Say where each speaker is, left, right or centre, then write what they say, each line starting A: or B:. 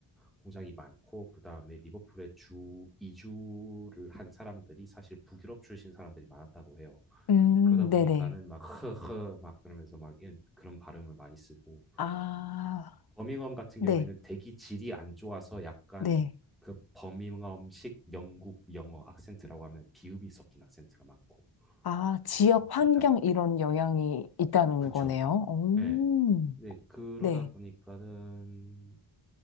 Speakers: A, in the centre; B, on the left.
A: 공장이 많고 그다음에 리버풀에 주 이주를 한 사람들이 사실 북유럽 출신 사람들이 많았다고 해요.
B: 음,
A: 그러다 보니까는
B: 네네.
A: 막 허허 막 그러면서 막 이런 그런 발음을 많이 쓰고
B: 아,
A: 버밍엄 같은
B: 네.
A: 경우에는 대기 질이 안 좋아서 약간
B: 네.
A: 그 버밍엄식 영국 영어 악센트라고 하면 비읍이 섞인 악센트가 많고
B: 아, 지역
A: 뭐 그- 그렇다고
B: 환경 이런 영향이 있다는
A: 그쵸.
B: 거네요. 오,
A: 예. 근데 그러다
B: 네.
A: 보니까는